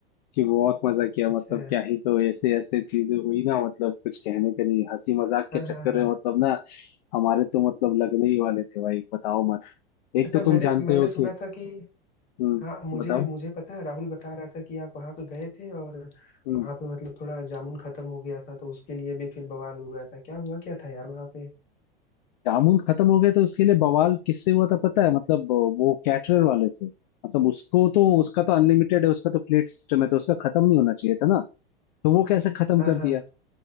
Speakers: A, on the left (about 50°); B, on the left (about 30°).
A: कि बहुत मजा किया
B: अच्छा
A: मतलब क्या ही तो ऐसे ऐसे चीजें हुई ना मतलब कुछ कहने का नहीं हंसी मजाक
B: हाँ
A: के
B: हाँ
A: चक्कर
B: हाँ
A: में मतलब ना हमारे तो मतलब लगने ही वाले थे भाई बताओ मत एक
B: अच्छा
A: तो
B: मैंने
A: तुम जानते
B: मैंने
A: हो
B: सुना
A: कि
B: था कि
A: हम्म
B: हाँ मुझे
A: बताओ
B: मुझे पता है राहुल बता रहा था कि आप वहाँ पे गए थे और
A: हम्म
B: वहाँ पे मतलब थोड़ा जामुन खत्म हो गया था तो उसके लिए भी फिर बवाल हुआ था क्या हुआ क्या था यार वहाँ पे
A: जामुन खत्म हो गया तो उसके लिए बवाल किससे हुआ था पता है मतलब वो कैटरर वाले से मतलब उसको तो उसका तो अनलिमिटेड है उसका तो प्लेट सिस्टम है तो उसका खत्म नहीं होना चाहिए था ना तो वो कैसे खत्म
B: हाँ
A: कर
B: हाँ
A: दिया